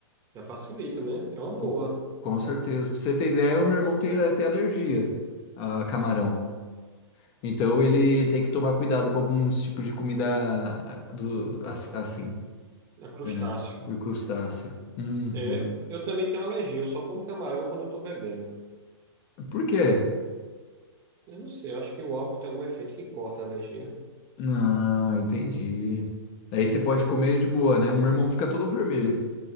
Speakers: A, on the right; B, on the left.
A: já facilita, né? É uma boa,
B: Com, com certeza. Pra você ter ideia, o meu irmão tem até alergia a camarão. Então ele tem que tomar cuidado com alguns tipos de comida ah, do, as- assim,
A: é crustáceo.
B: né? O crustáceo. Uhum.
A: É, eu também tenho alergia, eu só como camarão quando eu estou bebendo.
B: Por quê?
A: Eu não sei, eu acho que o álcool tem algum efeito que corta a alergia.
B: Não, entendi. Daí você pode comer de boa, né? O meu irmão fica todo vermelho